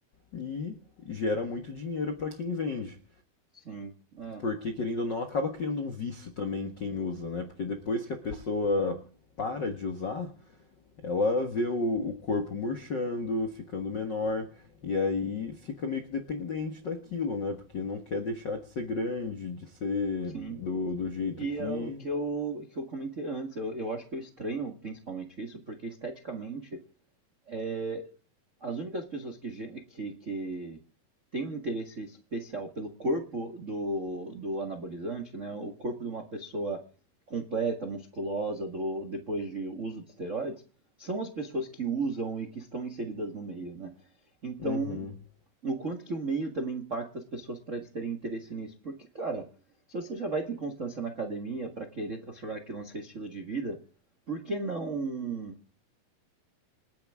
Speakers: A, on the left (about 70°); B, on the right (about 75°).
A: e gera muito dinheiro para quem vende.
B: Sim, é,
A: Porque, querendo ou não, acaba criando um vício também em quem usa, né? Porque depois que a pessoa para de usar, Ela vê o, o corpo murchando, ficando menor, e aí fica meio que dependente daquilo, né? Porque não quer deixar de ser grande, de ser
B: sim.
A: do, do jeito
B: E
A: que.
B: é o que eu, que eu comentei antes. Eu, eu acho que eu estranho principalmente isso, porque esteticamente é, As únicas pessoas que, ge- que, que têm um interesse especial pelo corpo do, do anabolizante, né? O corpo de uma pessoa completa, musculosa, do, depois de uso de esteroides, são as pessoas que usam e que estão inseridas no meio, né? Então,
A: Uhum,
B: o quanto que o meio também impacta as pessoas para eles terem interesse nisso. Porque, cara, se você já vai ter constância na academia para querer transformar aquilo no seu estilo de vida, por que não